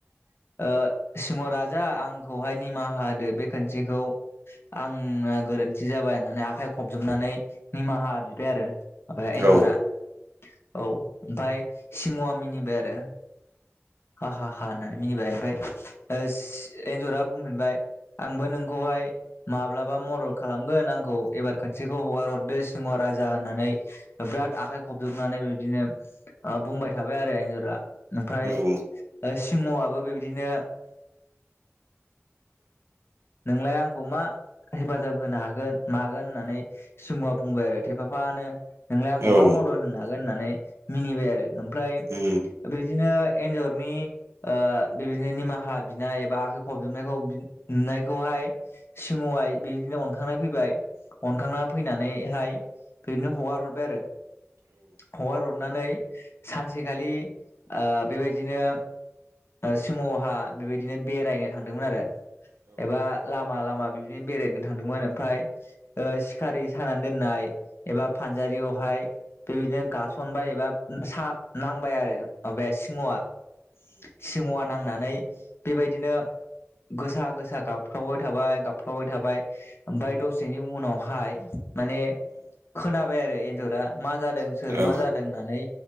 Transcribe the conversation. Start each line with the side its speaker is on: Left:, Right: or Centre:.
Left: ओ सिंह राजा आंखौहाय निमाहा होदो बे खोनसेखौ आंना गोरोन्थि जाबाय होननानै आखाइ खबजबनानै निमाहा बिबाय आरो माने
Right: औ
Left: एन्जरा औ ओमफ्राय सिंहआ मिनिबाय आरो हा हा हा होननानै मिनिबाय ओमफ्राय एन्जरा बुंफिनबाय आंबो नोंखौहाय माब्लाबा मदद खालामगोन आंखौ एबार खनसेखौ हगार हरदो सिंह राजा होननानै बिराद आखाइ खबजबनानै बिदिनो बुंबाय थाबाय आरो एन्जरा ओमफ्राय
Right: उम
Left: ओ-सिंहआबो बेबादिनो - नोंलाय आंखौ मा हेफाजाब होनो हागोन मागोन होननानै सिहआ बुंबाय आरो थेफाफानो। नोंलाय आंखौ
Right: औ औ
Left: मा मदद होनो हागोन होननानै मिनिबाय आरो ओमफ्राय -'
Right: उम
Left: बिदिनो एन्जरनि ओ-बेबायदिनो निमाहा बिनाय एबा आखाइ खबजबनायखौ नुनाय खौहाय सिंह आय बिदिनो अनखांनाय फैबाय। अनखांना फैनानैहाय बिदिनो हगार हरबाय आरो। हगार हरनानै सानसेखालि ओ बेबायदिनो सिंह हा बेबायदिनो बेरायनो थांदोंमोन आरो। एबा लामा लामा बिबदिनो बेरायनो थांदोंमोन ओमफाय। ओ-सिखारि सानानै दोननाय एबा फानजारियावहाय बेबायदिनो गासनबाय एबा सा-नांबाय आरो माबाया सिंहआ। सिंह' आ नांनानै बेबायदिनो गोसा गोस सा गाबख्रावबाय थाबाय गाबख्रावबाय थाबाय ओमफाय दसेनि उनावहाय माने खोनाबाय आरो एन्जरा मा जादों
Right: औ
Left: सोर मा जादों होननानै।